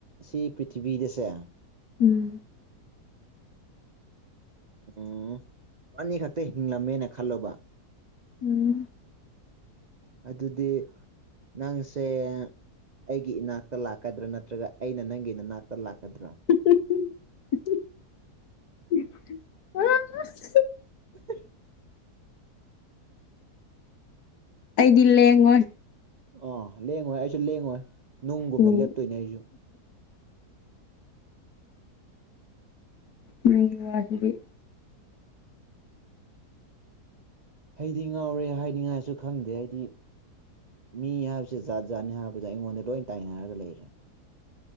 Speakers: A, on the right; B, on the left.
A: ꯁꯤ ꯄ꯭ꯔꯤꯊꯤꯕꯤꯗꯁꯦ
B: ꯎꯝ
A: ꯎꯝ ꯑꯅꯤ ꯈꯛꯇ ꯍꯤꯡꯂꯝꯃꯦꯅ ꯈꯜꯂꯣꯕ
B: ꯎꯝ
A: ꯑꯗꯨꯗꯤ ꯅꯪꯁꯦ ꯑꯩꯒꯤ ꯏꯅꯥꯛꯇ ꯂꯥꯛꯀꯗ꯭ꯔꯥ ꯅꯠꯇ꯭ꯔꯒ ꯑꯩꯅ ꯅꯪꯒꯤ ꯅꯅꯥꯛꯇ ꯂꯥꯛꯀꯗ꯭ꯔꯣ
B: <unintelligible>
A: <inaudible>
B: ꯑꯩꯗꯤ ꯂꯦꯡꯉꯣꯏ
A: ꯑꯥ ꯂꯦꯡꯉꯣꯏ ꯑꯩꯁꯨ ꯂꯦꯡꯉꯣꯏ ꯅꯨꯡꯒꯨꯝꯅ
B: ꯎꯝ
A: ꯂꯦꯞꯇꯣꯏꯅꯦ ꯑꯩꯖꯨ
B: ꯅꯪꯒꯤ ꯋꯥꯁꯤꯗꯤ
A: ꯑꯩꯗꯤ ꯉꯥꯎꯔꯦ ꯍꯥꯏꯅꯤꯡꯉꯥꯏꯁꯨ ꯈꯪꯗꯦ ꯑꯩꯗꯤ ꯃꯤ ꯍꯥꯏꯕꯁꯦ ꯖꯥꯠ ꯖꯥꯠꯅꯤ ꯍꯥꯏꯕꯗ ꯑꯩꯉꯣꯟꯗ ꯂꯣꯏ ꯇꯥꯏꯅꯔꯒ ꯂꯩꯔꯦ